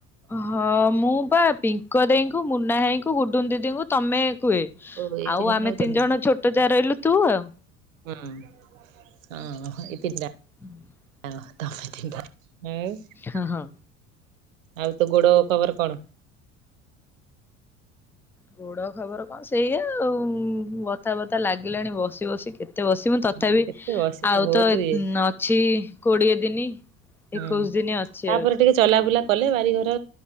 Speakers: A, in the centre; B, on the right (about 70°).
A: ହଁ ମୁଁ ବା ପିଙ୍କ ଦେଇେଙ୍କୁ ମୁନା ହୋଇଙ୍କୁ ଗୁଡୁ ଦିଦିଙ୍କୁ ତମେ କୁହେ।
B: ଓ ଏଇ
A: ଆଉ
B: ଜଣଙ୍କୁ
A: ଆମେ
B: ତମେ
A: ତିନି ଜଣ ଛୋଟ ଯାହା ରହିଲୁ ତୁ ଆଉ
B: ହୁଁ ହଁ ଏଇ ତି ଟା
A: <inaudible>
B: <unintelligible> ଆଉ
A: ହଁ ହଁ।
B: ଆଉ ତୋ ଗୋଡ ଖବର କଣ?
A: ଗୋଡ ଖବର କଣ ସେଇଆ ଆଉ ବଥାବଥା ଲାଗିଲାଣି ବସି ବସି କେତେ? କେତେ ବସିବୁ ତଥାପି
B: ହଁ କେତେ ବସିବୁ
A: ଆଉ
B: ବହୁତ
A: ତ
B: ଇଏ
A: ଅଛି କୋଡିଏ ଦିନି
B: ହୁଁ।
A: ଏକୋଇଶ ଦିନ ଅଛି
B: ତାପରେ
A: ଆ
B: ଟିକେ ଚଲାବୁଲା କଲେ ବାରିଘର